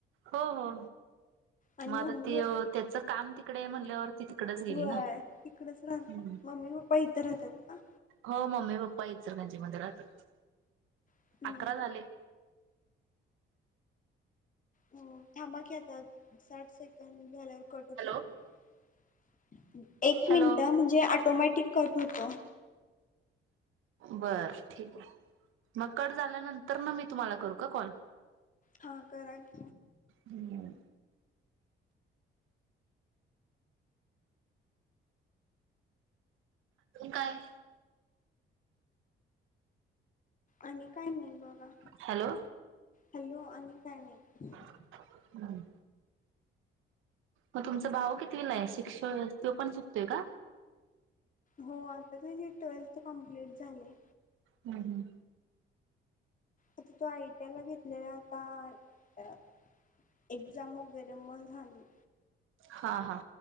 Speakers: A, on the right; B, on the left.
A: हो हो
B: आणि
A: मग
B: मुंबई
A: आता ते त्याच काम तिकडे म्हणल्यावर ती तिकडेच गेली
B: होय
A: ना
B: तिकडेच राह
A: हम्म
B: मम्मी पप्पा इथे राहतात का
A: हो मम्मी पप्पा इ सर त्यांच्या मध्ये राहतात
B: हम्म
A: अकरा झाले
B: हो थांबा घे आता साठ सेकंड झाल्यावर कटच
A: हॅलो
B: होत एक मिनिट
A: हॅलो
B: म्हणजे ऑटोमॅटिक कट होतं
A: बर ठीक आहे मग कट झाल्यानंतर ना मी तुम्हाला करू का कॉल
B: हा कराच
A: हम्म. त काय?
B: आणि काय नाही बघा
A: हॅलो
B: हॅलो आणि काय नाही.
A: हम्. मग तुमचा भाव किती वला आहे शिक्षक तो पण चुकतोय का?
B: हो आता त ट्वेल्थ कमप्लीट झाले.
A: हम् हम्.
B: आता तो आयटीएल ला घेतलेला आता एक्झाम वगैरे मग झाली.
A: हा हा.